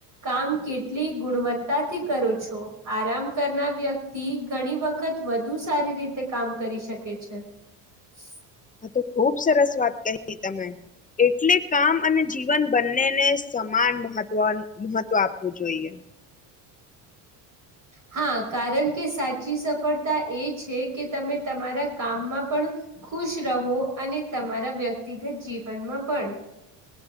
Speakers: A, on the right (about 40°); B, on the left (about 20°).
A: કામ કેટલી ગુણવત્તાથી કરો છો આરામ કરના વ્ય તી ઘણી વખત વધુ સારી રીતે કામ કરી શકે છે. હ <unintelligible>
B: આ તો ખુબ સરસ વાત કહી તમે એટલે કામ અને જીવન બંનેને સમાન મહત્વન મહત્વ આપવું જોઈએ
A: હા કારણ કે સાચી સફળતા એ છે, કે તમે તમારા કામમાં પણ ખુશ રહો અને તમારા વ્ય તીગત જીવનમાં પણ